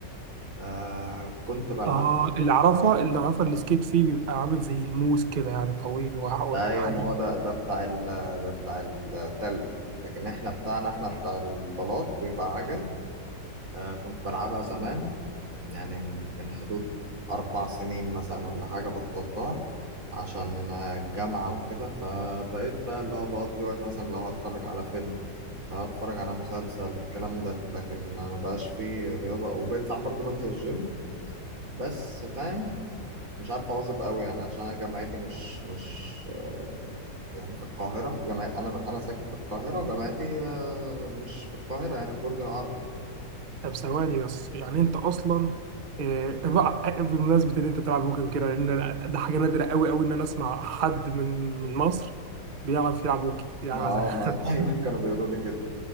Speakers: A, on the right (about 50°); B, on the right (about 65°).
A: آه كنت بلعب
B: اه اللي اعرفها اللي اعرفها السكيت فيه بيبقى عامل زي الموس كده يعني طويل وح- وحديد
A: ايوه ما هو ده ده بتاع ال ده بتاع التلج لكن احنا بتاعنا احنا بتاع البلاط بيبقى عجل آه كنت بلعبها زمان يعني من حدود اربع سنين مثلا ولا حاجه بطلتها عشان آه، الجامعه وكده فبقيت بقى اللي هو بقضي وقت مثلا لو هتفرج على فيلم لو هتفرج على مسلسل الكلام ده لكن ما بقاش فيه رياضه وبقيت ساعات برضه بنزل الجيم بس فاهم مش عارف اواظب قوي يعني عشان انا جامعتي مش مش آه، يعني في القاهره جامع انا انا ساكن في القاهره وجامعتي آه، مش في القاهره يعني في برج العرب
B: طب ثواني بس يعني انت اصلا آه، طب بقى- آه، بمناسبه ان انت تلعب هوكي وكده لان ده حاجه نادره قوي قوي ان انا اسمع حد من من مصر بيعرف يلعب هوكي يعني
A: ما آه،
B: عشان-
A: ما <laughs> دايما كانوا
B: <laughs>
A: بيقولوا لي كده